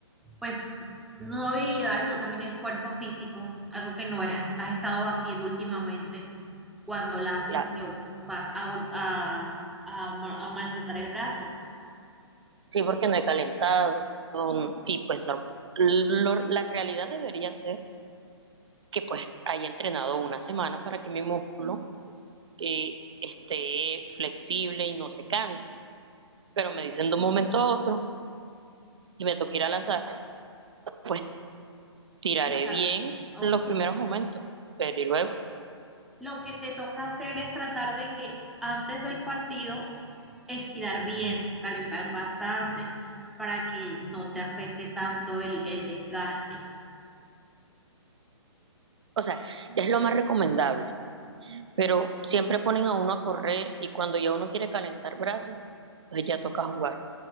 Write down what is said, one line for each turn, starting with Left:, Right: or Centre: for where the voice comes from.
Centre: pues, no habilidad, sino también esfuerzo físico, algo que no es- has estado haciendo últimamente. cuando lances
Right: La,
Centre: te vas a, gol- a, a ma- a maltratar el brazo.
Right: sí, porque no he calentado. mm, Y pues no, lo- la realidad debería ser que pues haya entrenado una semana para que mi músculo eh, esté flexible y no se canse. Pero me dicen de un momento a otro y me toca ir a lanzar pues tiraré
Centre: Exacto.
Right: bien
Centre: Ok.
Right: los primeros momentos, pero y luego.
Centre: Lo que te toca hacer es tratar de que antes del partido estirar bien, calentar bastante para que no te afecte tanto el, el desgaste.
Right: O sea, es lo más recomendable, pero siempre ponen a uno a correr y cuando ya uno quiere calentar brazos, entonces ya toca jugar.